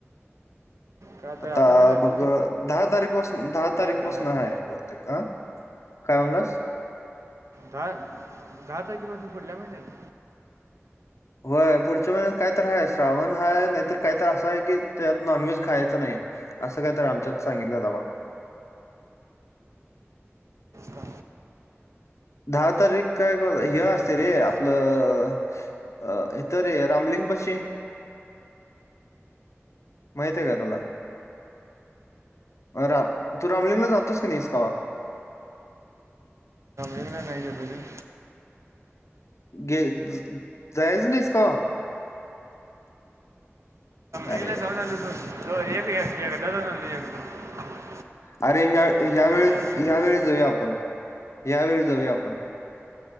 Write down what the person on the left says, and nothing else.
आता
बघ. दहा तारीखपासून दहा तारीखपासून
हाय बहुतेक, आ? काय म्हणलास?
होय पुढच्या महिन्यात काय तर हा श्रावण हाय, नाहीतर काय तर असं आहे की त्यात नॉनव्हेज खायच नाही. असं काय तर आमच्यात सांगितल्यात बाबा.
दहा तारीख काय मर्दा हे
असते
रे आपलं. अ इथं रे रामलिंगपाशी. माहित आहे काय तुला? राम तू रामलिंगला जातोस की नाहीस कवा?
गे जायच नाहीस कवा. अरे
अरे ह ह्यावेेळी
ह्यावेेळी जाऊया आपण. या वेळी जाऊया आपण